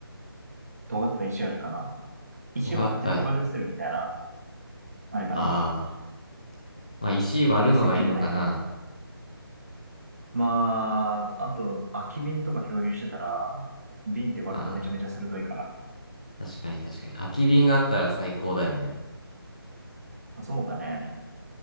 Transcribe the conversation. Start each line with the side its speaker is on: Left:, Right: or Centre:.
Right: 尖った石あるかな。石割って尖るするみたいな。
Left: 尖った、あ
Right: あれかな
Left: あ、まあ石割るのがいいのかな。
Right: 旧石器時代みたいに。まあ、あと、空き瓶とか漂流してたら、瓶って割るとめちゃめちゃ鋭いから。
Left: ああ。確かに確かに。空き瓶があったら最高だよね。
Right: まあそうだね。